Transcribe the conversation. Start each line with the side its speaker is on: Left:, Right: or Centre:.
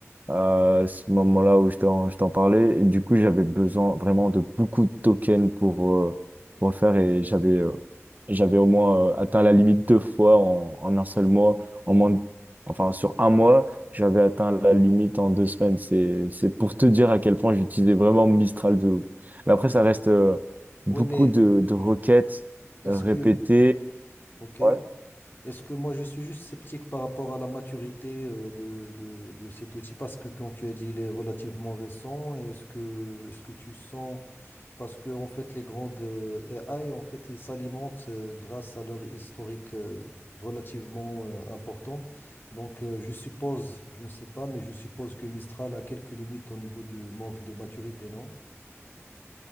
Right: à ce moment-là où je t'en, je t'en parlais. Et du coup, j'avais besoin vraiment de beaucoup de tokens pour, euh, pour le faire et j'avais euh, j'avais au moins euh, atteint la limite deux fois en, en un seul mois. En moins de- enfin, sur un mois, j'avais atteint la limite en deux semaines. C'est, c'est pour te dire à quel point j'utilisais vraiment Mistral de ouf. Mais après, ça reste euh,
Left: oui,
Right: beaucoup
Left: mais
Right: de, de requêtes
Left: je- est-ce
Right: euh, répétées.
Left: que, ok,
Right: Ouais.
Left: est-ce que moi je suis juste sceptique par rapport à la maturité euh, de, de, de cet outil parce que, comme tu as dit, il est relativement récent. Est-ce que, est-ce que tu sens Parce que en fait, les grandes euh, AI, en fait, ils s'alimentent euh, grâce à leur historique euh, relativement euh, important. Donc, euh, je suppose, je ne sais pas, mais je suppose que Mistral a quelques limites au niveau du manque de maturité, non?